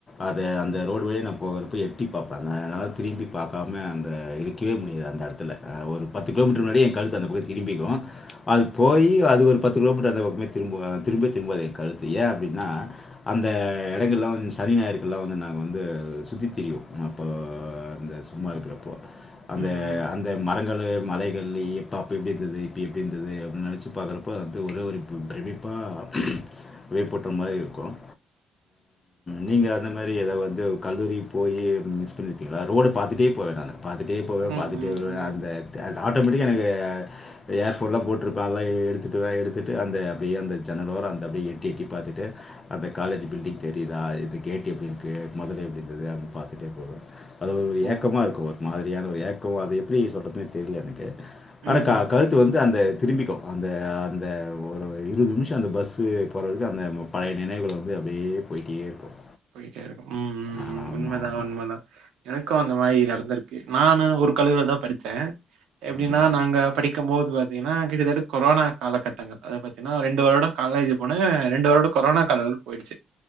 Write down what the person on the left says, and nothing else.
அத அந்த ரோடு வழியா நா போகிறப்ப எட்டிப் பாப்பாங்க அதனால திரும்பி பாக்காம அந்த இருக்கிவே முடியாது அந்த இடத்துல ஒரு பத்து கிலோமீட்டர் முன்னாடியே என் கழுத்து அந்த பக்கம் திரும்பிக்கு அது போய் அது ஒரு பத்து கிலோமீட்டர் அந்த பக்கமே திரும்ப திரும்பவே திரும்பாது என் கழுத்து ஏ அப்டினா அந்த இடங்கள்லா வந் சனி ஞாயிறுகெல்லா வந்து நாங்க வந்து சுற்றி திரிவோ அப்போ அந்த சும்மா இருக்கிறப்போ அந்த
அந்த மரங்க எங்கள் மலைகள் எப்போ அப்போ இப்படி இருந்தது இப்போ எப்படி இருந்தது அப்படின்னு நினைச்சி பார்க்குறப்போ வந்து ஒரே ஒரு பிரமிப்பாக விப்பற்றற மாதிரி இருக்கும் நீங்கள் அந்த மாதிரி எதை வந்து கல்லூரி போய் மிஸ் பண்ணிருப்பீங்களா ரோடு பார்த்துட்டே போவ நானு பார்த்துட்டே போவ
பார்த்துட்டே
வருவ
அந்த அ ஆட்டோமேட்டிக்க எனக்கு ஏர் ப்ரோ போட்டு இருப்பாங்கஎடு எடுத்து அந்த ஜன்னல் ஓரம் எட்ட எட்டி பாத்துட்டுஅந்த காலேஜ் பில்டிங் தெரியுாது கேட் எப்படி இருக்கு முதல் இருந்தத யாருன்னு பார்த்துட்டே போவ அது ஒரு
ஏக்கமாக இருக்கு ஒரு மாதிரியான ஒரு ஏக்கம் அது எப்படி சொ்கிறதுதுனே தெரியல எனக்கு
அனக்கா
கழுத்து
வந்து அந்த திரும்பிக்கும் அந்த அந்த ஒரு இருபது நிமிஷம் அந்த பஸ்ஸு போகதுக்கு அந்த பழைய நினைங்கள் வந்து அப்படியே போய்க்கிட்டே இருக்கும்
ஆமாமா.
ம்.